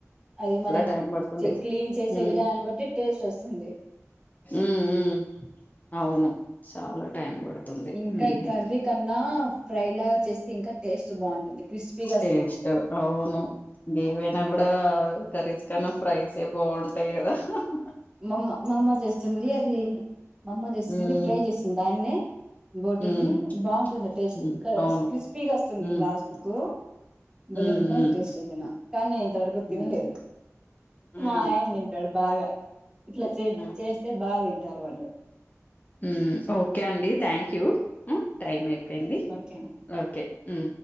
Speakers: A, on the right; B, on the left.
A: అది మనం
B: టైం పడుతుంది
A: చే క్లీన్ చేసే
B: ఉమ్
A: విధానన్ని బట్టి టేస్ట్ వస్తుంది.
B: ఉ ఉ అవును చాలా టైం పడుతుంది
A: ఇంకా
B: ఉ
A: కర్రీ కన్నా ఫ్రై లాగా చేస్తే ఇంకా టేస్ట్ బాగుంటుంది క్రిస్పీగా వస్తుంది
B: టేస్టో అవును ఏవైనా కూడా కర్రీస్ కన్నా ఫ్రైస్ బావుంటాయి కదా హ్హ్
A: మామ్మ మామ్మ చేస్తుంది అది మామ్మ చేస్తుంది
B: ఉమ్
A: ఫ్రై చేస్తుంది దాన్నే బోటిని
B: ఉమ్
A: బావుంటుంది టేస్ట్
B: ఉమ్ అవును
A: క్రిస్పీగా వస్తుంది
B: హ్మ్
A: లాస్ట్ కు బలే
B: హ్మ్
A: ఉంటాయ్
B: హ్మ్
A: టేస్ట్ అయితేనా కానీ నేను ఇంతవరకు
B: హ్మ్
A: తినలేదు
B: హ్మ్
A: మా ఆయన తింటాడు బాగా ఇట్లా చే
B: హ్మ్
A: చేస్తే బాగా తింటారు వాళ్ళు
B: మ్ ఓకే అండి థ్యాంక్ యూ ఉ టైం అయిపోయింది
A: ఓకే అండి.
B: ఓకే ఉ